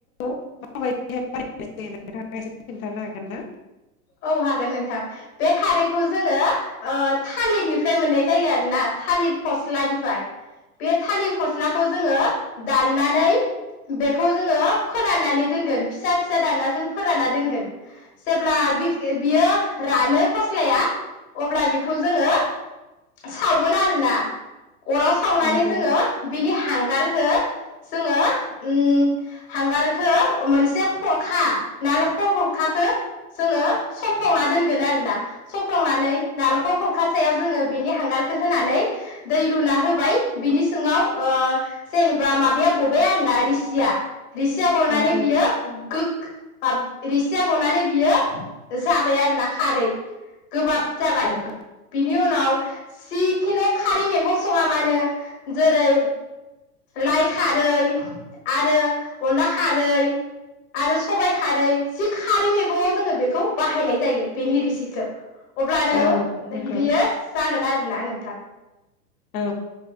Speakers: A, on the left (about 65°); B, on the left (about 45°).
A: <inaudible> <inaudible> <inaudible> एसे खोन्थानोहागोन ना
B: औ हागोन नोंथां बे खारैखौ जोङो ओ थालिरनिफ्राय मोननाय जायो आरोना थालिर फस्लानिफ्राय बे थालिर फस्लाखौ जोङो दाननानै बेखौ जोङो फोराननानै दोनगोन फिसा-फिसा दानना जों फोरानना दोनगोन जेब्ला बियो रानो फस्लाया अब्ला बेखौ जोङो सावगोन आरोना अराव सावनानै
A: नंगौ
B: जोङो बिनि हांगार खो जोङो ओ हांगारखो मोनसे खरखा नालेंखर खरखाखो जोङो सफ्लंना दोनगोन आरोना सफ्लंनानै नालेंखर खरखासायाव जोङो बेनि हांगारखो होनानै दै लुना होबाय बिनि सिङाव जेनेबा ओ माबाया गबाय आरोना रिसिया रिसिया गनानै
A: नंगौ
B: बियो गो बाब रिसिया गनानै बियो जाबाय आरोना खारै गोबाब जाबाय
A: औ
B: बिनि उनाव जिखुनु खारै मैगं सङा मा होनो जेरै लाइ खारै आरो अनला खारै आरो सबाय खारै जि खारै मैगङआव जोङो बेखौ बाहायनाय जायो बेनि रिसिखो अब्लानो
A: औ नंगौ
B: बियो जागोन आरो ना नोंथां
A: औ